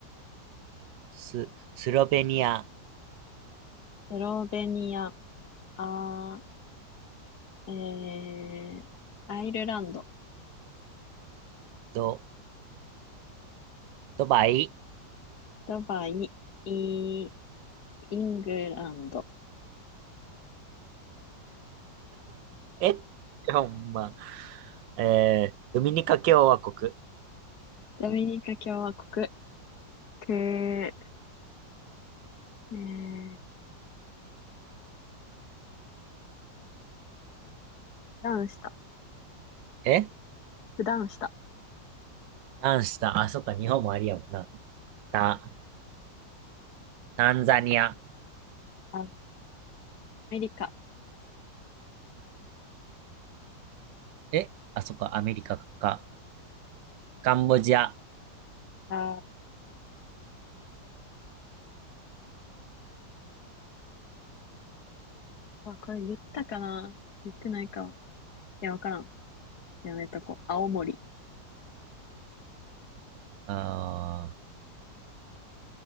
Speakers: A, on the right; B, on the left.
A: ス、スロベニア、
B: スロベニア、あー、えー、アイルランド、
A: ド、ドバイ、
B: ドバイ、イ、イングランド、
A: え、<laughs> ほんま、えー、ドミニカ共和国、
B: ドミニカ共和国、ク、えー、普段した、
A: え、
B: 普段した、
A: 何した、あ、そっか、日本もありやもんな。タ、タンザニア、
B: あアメリカ、
A: え、あ、そっか、アメリカか、カンボジア、
B: あー、あ、これ言ったかな言ってないか。や、わからん。やめとこう。青森。
A: あー、